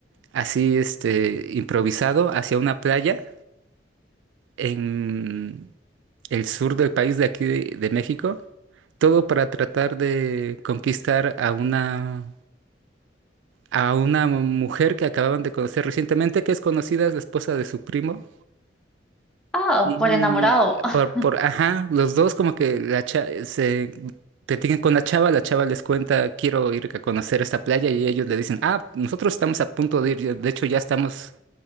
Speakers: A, on the right; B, in the centre.
A: así, este, improvisado hacia una playa en el sur del país de aquí de, de México Todo para tratar de conquistar a una, a una mujer que acababan de conocer recientemente, que es conocida, es la esposa de su primo.
B: ah,
A: Y
B: por enamorado. <laughs>
A: por, por, ajá, los dos como que la cha- se platican con la chava, la chava les cuenta, quiero ir a conocer esta playa y ellos le dicen, ah, nosotros estamos a punto de ir, ya- de hecho ya estamos